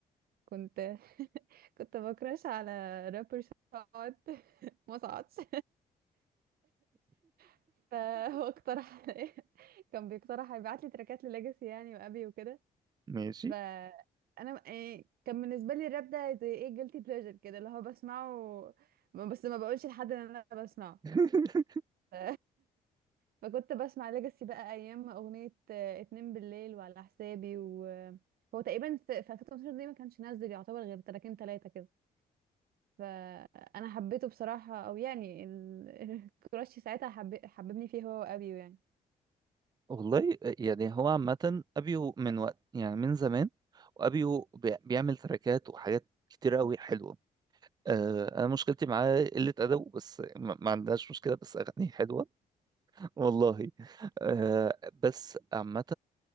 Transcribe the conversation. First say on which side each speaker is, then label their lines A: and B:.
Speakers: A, on the right; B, on the right.
A: كنت <laughs> كنت بكراش على رابر شعبي ما صعدش <laughs> فهو اقترح <laughs> كان بيقترح يبعت لي تراكات لليجاسي يعني وابي وكده
B: ماشي
A: فانا إيه كان بالنسبه لي الراب ده زي ايه جيلتي بليجر كده اللي هو بسمعه بس ما بقولش لحد ان انا بسمعه
B: <laughs>
A: ف... <laughs> فكنت بسمع ليجاسي بقى ايام اغنيه آه، اتنين بالليل وعلى حسابي وهو تقريبا في في 2012 دي ما كانش نازل يعتبر غير تراكين تلاتة كده فانا حبيته بصراحه او يعني ال... <laughs> الكراش ساعتها حب... حببني فيه هو وابيو يعني
B: والله يعني هو عامه ابيو من وقت يعني من زمان وابيو بي- بيعمل تراكات وحاجات كتير قوي حلوه آه، انا مشكلتي معاه قله ادبه بس ما ما عندهاش مشكله بس اغانيه حلوه والله آه بس عامة